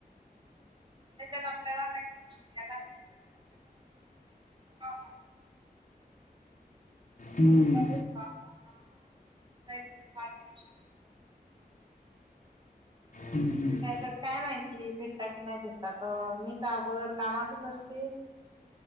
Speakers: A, on the right; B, on the left.
A: त्याच्यात आपल्याला काहीतरी शिकायला मिळतील. <unintelligible> <unintelligible>
B: हम्म
A: चालू काही थोडे फार कर शक <unintelligible>
B: हम्म, हम्म,
A: त्याच्यात काय माहिती भेटता की नाही भेटत तर मी तर अगोदर कामातच असते